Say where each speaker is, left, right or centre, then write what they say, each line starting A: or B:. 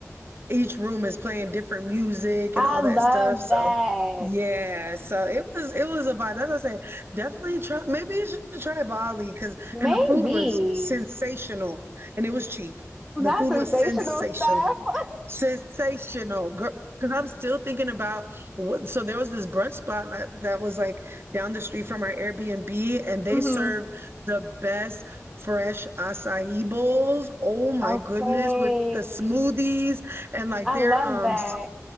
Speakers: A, on the right (about 50°); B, in the centre.
A: each room is playing different music
B: I
A: and all that
B: love
A: stuff. So
B: that.
A: yeah, so it was it was a vibe. That's what I say. Definitely try. Maybe you should try Bali because
B: Maybe
A: and the food was sensational and it was cheap.
B: not
A: The food
B: sensational
A: was sensational,
B: stuff. <laughs>
A: sensational, girl. Because I'm still thinking about what. So there was this brunch spot that, that was like down the street from our Airbnb, and they
B: Mm-hmm.
A: served the best fresh acai bowls. Oh my
B: Okay.
A: goodness, with the smoothies and like
B: I
A: their
B: love
A: um
B: that.